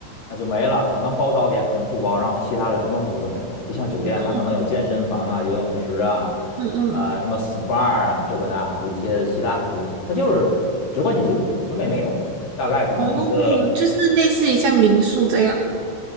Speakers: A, on the left; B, on the right.
A: 就没了，可能包早点，可能不包，然后其他的什么服务都没有。不像酒店，
B: 哦
A: 它可能有健身房啊、游泳池啊、
B: 嗯嗯，
A: 啊、什么 SPA 啊，这个那个的一些其他服务，它就是只管你住，什么也没有。大概可能一个
B: 哦，就是类似于像民宿这样。